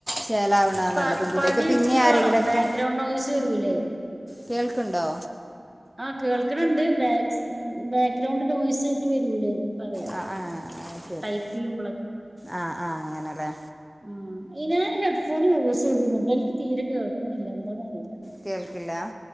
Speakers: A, in the centre; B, on the right (about 20°).
A: ചേലാവണതാണ്
B: പ
A: നല്ല പെൺകുട്ടിയൊക്കെ
B: പണി എടുക്കവാണോ
A: പിന്നെ ആരെങ്കിലുമൊക്കെ
B: ബാക്ക്ഗ്രൗണ്ട് നോയ്സ് വരൂല്ലേ
A: കേൾക്കുണ്ടോ
B: ആഹ് കേൾക്കണണ്ട് ബാ ബാക്ക്ഗ്രൗണ്ട് നോയിസ് ആട്ട് വരൂലേ പറയാ
A: ആ ആ ആ, ശരി
B: ടൈപ്പ് ചെയ്യുമ്പോളൊക്കെ
A: ആഹ് ആഹ് അങ്ങനെല്ലേ
B: ആഹ് ഞാൻ ഹെഡ്ഫോൺ യൂസ് ചെയ്തിന്ന കേട്ട് എനിക്ക് തീരെ കേൾക്കണില്ല എന്താന്നന്ന് അറിയില്ല
A: കേൾക്കില്ല